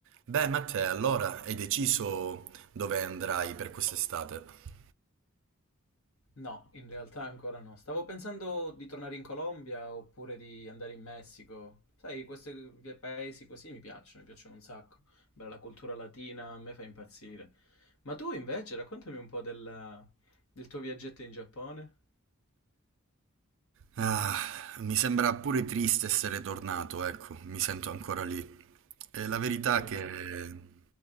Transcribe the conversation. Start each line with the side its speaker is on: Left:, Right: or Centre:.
Right: Beh, Matteo, allora hai deciso dove andrai per quest'estate?
Left: No, in realtà ancora no. Stavo pensando di tornare in Colombia oppure di andare in Messico. Sai, questi paesi così mi piacciono, mi piacciono un sacco. Bella la cultura latina, a me fa impazzire. Ma tu invece, raccontami un po' della- del tuo viaggetto in Giappone.
Right: Ah, mi sembra pure triste essere tornato, ecco, mi sento ancora lì. E la verità
Left: Sì,
Right: che...
Left: no?